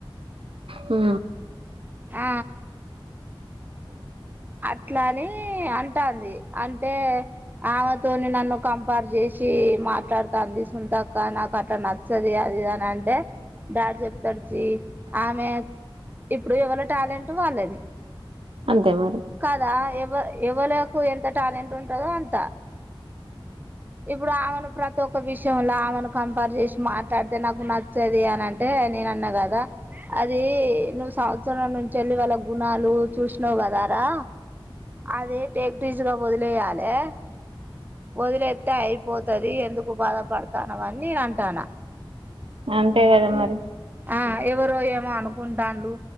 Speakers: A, on the right; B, on the right.
A: హు
B: ఆ అట్లాని అంటాంది అంటే ఆమెతోని నన్ను కంపేర్ చేసి ఛీ మాట్లాడుతాంది సునీతక్క నాకు అట్లనచ్చది అది ఇది అని అంటే డాడీ చెప్తాడుచి ఆమె ఇప్పుడు ఎవర్ల టాలెంట్ వాళ్ళది
A: అంతే మరి
B: కాదా ఎవ ఎవలకు ఎంత టాలెంట్ ఉంటదో అంత ఇప్పుడు ఆమెను ప్రతి ఒక్క విషయంల ఆమెను కంపేర్ చేసి మాట్లాడితే నాకు నచ్చది అని అంటే నేను అన్నా కదా అది నువ్ సంవత్సరం నుంచేల్లి వాళ్ళ గుణాలు చూసినావు కదా రా అది టేక్ఈజీగా వదిలేయాలే వదిలేస్తే అయిపోతది ఎందుకు బాధపడతాన్నావ్ అని నేను అంటన్న
A: అంతే కదా మరి
B: ఆ ఎవరో ఏమో అనుకుంటాలు